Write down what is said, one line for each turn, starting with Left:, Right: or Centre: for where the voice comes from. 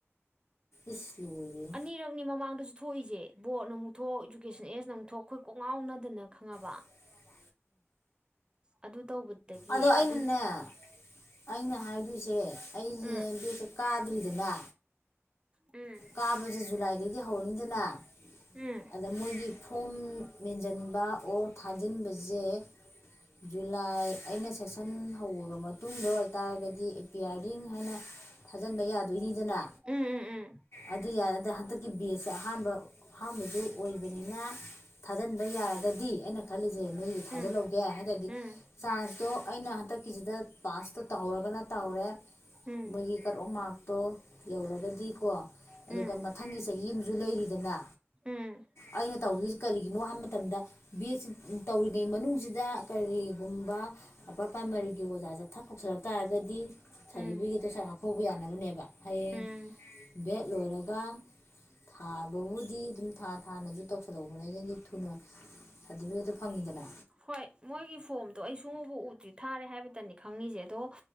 Left: ꯏꯁ ꯂꯣꯏꯔꯦꯍꯦ
Right: ꯑꯅꯤꯔꯛꯅꯤ ꯃꯃꯥꯡꯗꯖꯨ ꯊꯣꯛꯏꯖꯦ ꯕꯣꯔꯠꯅ ꯑꯃꯨꯛ ꯊꯣꯛ ꯏꯗꯨꯨꯀꯦꯁꯟ ꯑꯦꯁꯅ ꯑꯃꯨꯛ ꯊꯣꯛ ꯈꯣꯏ ꯀꯣꯛ ꯉꯥꯎꯅꯗꯅ ꯈꯪꯉꯕ
Left: <inaudible>
Right: ꯑꯗꯨ ꯇꯧꯕꯗꯒꯤ
Left: ꯑꯗꯣ ꯑꯩꯅꯅꯦ
Right: ꯑꯗꯨ
Left: ꯑꯩꯅ ꯍꯥꯏꯗꯣꯏꯁꯦ ꯑꯩꯖꯦ
Right: ꯎꯝ
Left: ꯕꯦꯗꯁꯦ ꯀꯥꯗ꯭ꯔꯤꯗꯅ
Right: ꯎꯝ
Left: ꯀꯥꯕꯖꯦ ꯖꯨꯂꯥꯏꯗꯒꯤ ꯍꯧꯔꯅꯤꯗꯅ
Right: ꯎꯝ
Left: ꯑꯗ ꯃꯣꯏꯒꯤ ꯐꯣꯝ ꯃꯦꯟꯖꯟꯕ ꯑꯣꯔ ꯊꯥꯖꯤꯟꯕꯖꯦ ꯖꯨꯂꯥꯏ ꯑꯩꯅ ꯁꯦꯁꯟ ꯍꯧꯔꯕ ꯃꯇꯨꯡꯗ ꯑꯣꯏꯇꯥꯔꯒꯗꯤ ꯑꯦꯄꯤꯌꯥꯔꯤꯡ ꯍꯥꯏꯅ ꯊꯥꯖꯟꯕ ꯌꯥꯗꯣꯏꯅꯤꯗꯅ
Right: ꯎꯝ
Left: ꯑꯗꯨ ꯌꯥ ꯗ ꯗꯤ ꯍꯟꯗꯛꯀꯤ ꯕꯦꯁꯁꯦ ꯑꯍꯥꯟꯕ ꯑꯍꯥꯟꯕꯖꯨ ꯑꯣꯏꯕꯅꯤꯅ ꯊꯥꯖꯟꯕ ꯌꯥꯔꯒꯗꯤ ꯑꯩꯅ ꯈꯜꯂꯤ ꯖꯦ ꯅꯣꯏꯒꯤ ꯊꯥꯖꯤꯜꯂꯧꯒꯦ
Right: ꯎꯝ
Left: ꯍꯥꯏꯇꯥꯗꯤ
Right: ꯎꯝ ꯎꯝ
Left: ꯆꯥꯟꯁꯇꯣ ꯑꯩꯅ ꯍꯟꯇꯛꯀꯤꯖꯤꯗ ꯄꯥꯁꯇꯣ ꯇꯧꯍꯧꯔꯒꯅ ꯇꯧꯔꯦ
Right: ꯎꯝ
Left: ꯃꯣꯏꯒꯤ ꯀꯠ ꯑꯣꯐ ꯃꯥꯔꯛꯇꯣ ꯌꯧꯔꯒꯗꯤꯀꯣ ꯑꯗꯨꯒ
Right: ꯎꯝ
Left: ꯃꯊꯪꯒꯤ ꯆꯍꯤ ꯑꯝꯖꯨ ꯂꯩꯔꯤꯗꯅ
Right: ꯎꯝ
Left: ꯑꯩꯅ ꯇꯧꯗꯣꯏꯖꯤ ꯀꯔꯤꯒꯤꯅꯣ ꯍꯥꯏꯕ ꯃꯇꯝꯗ ꯕꯤ ꯑꯦꯗꯁꯦ ꯇꯧꯔꯤꯉꯩ ꯃꯅꯨꯡꯖꯤꯗ ꯀꯔꯤꯒꯨꯝ ꯨꯕ ꯑꯞꯄꯔ ꯄ꯭ꯔꯥꯏꯃꯥꯔꯤꯒꯤ ꯑꯣꯖꯥꯖꯦ ꯊꯛ ꯀꯧꯁꯜꯂꯛ ꯇꯥꯔꯒꯗꯤ ꯁꯥꯔꯗꯤꯐꯤꯀꯦꯠꯇꯣ
Right: ꯎꯝ
Left: ꯁꯠ ꯍꯥꯞꯐꯧꯕ ꯌꯥꯅꯕꯅꯦꯕ ꯍꯌꯦꯡ
Right: ꯎꯝ
Left: ꯕꯦꯠ ꯂꯣꯏꯔꯒ ꯊꯥꯕꯕꯨꯗꯤ ꯑꯗꯨꯝ ꯊꯥ ꯊꯥꯅꯁꯨ ꯇꯧꯁꯤꯜꯍꯧꯕ ꯅꯗꯤ ꯊꯨꯅ ꯁꯥꯔꯗꯤꯐꯤꯀꯦꯠꯇꯣ ꯐꯪꯉꯤꯗꯅ
Right: ꯍꯣꯏ ꯃꯣꯏꯒꯤ ꯐꯣꯝꯗꯣ ꯑꯩ ꯁꯨꯛꯎꯕꯨ ꯎꯗ꯭ꯔꯤ ꯊꯥꯔꯦ ꯍꯥꯏꯕꯇꯅꯤ ꯈꯪꯉꯤꯁꯦ ꯑꯗꯣ